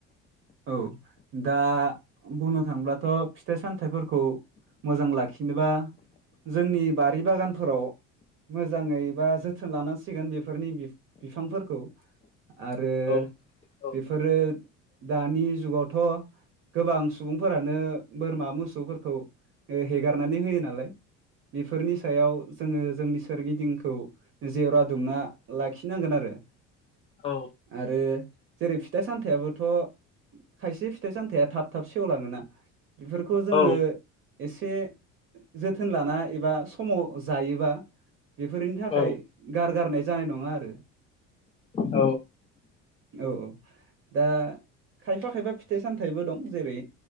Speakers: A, on the right; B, on the left.
A: औ दा बुंनो थांब्लाथ' फिथाइ सामथाइफोरखौ मोजां लाखिनोबा जोंनि बारि बागानफोराव मोजाङै बा जोथोन लानांसिगोन बेफोरनि बिफांफोरखौ आरो
B: हो। औ
A: बेफोरो दानि जुगावथ' गोबां सुबुंफोरानो बोरमा मोसौफोरखौ हेगारनानै होयो नालाय। बेफोरनि सायाव जोङो जोंनि सोरगिदिंखौ जेवरा दुमना लाखिनांगोन आरो।
B: औ
A: आरो जेरै फिथाइ सामथायाबोथ'। खायसे फिथाइ सामथाया थाब थाब सेवलाङोना। बेफोरखौ जोङो
B: औ औ
A: एसे जोथोन लाना एबा समाव जायोबा बेफोरनि थाखाय
B: औ
A: गारगारनाय जानाय नङा आरो।
B: औ
A: औ औ। दा खायफा खायफा फिथाइ सामथाइबो दं जेरै